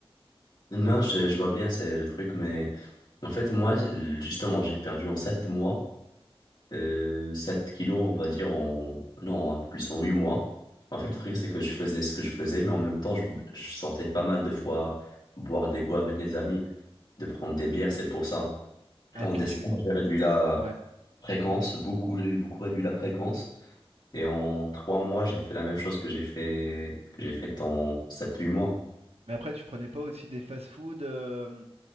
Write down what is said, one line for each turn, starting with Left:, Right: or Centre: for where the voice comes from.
Left: Non, je, je vois bien, c'est le truc, mais en fait, moi, justement, j'ai perdu en 7 mois euh, 7 kilos, on va dire, en, non, un peu plus en 8 mois. En fait, le truc, c'est que je faisais ce que je faisais, mais en même temps, je, je sortais pas mal de fois boire des coups avec les amis, de prendre des bières, c'est pour ça.
Right: Ah,
Left: Et en
Right: et puis
Left: décembre,
Right: tu.
Left: j'ai réduit la
Right: Ouais.
Left: fréquence, beaucoup, j'ai beaucoup réduit la fréquence. Et en 3 mois, j'ai fait la même chose que j'ai fait, que j'ai fait en sept huit mois.
Right: Mais après, tu prenais pas aussi des fast-food. euh,